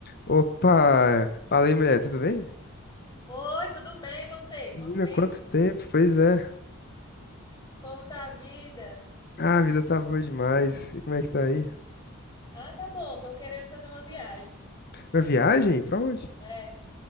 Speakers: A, on the left; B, on the left.
A: Opa! Falei, mulher, tudo bem?
B: Oi, tudo bem? E você?
A: Menina,
B: Quanto tempo?
A: quanto tempo? Pois é.
B: Como tá a vida?
A: Ah, a vida tá boa demais. E como é que tá aí?
B: Ah, tá bom, tô querendo fazer uma viagem.
A: Uma viagem? Pra onde?
B: É.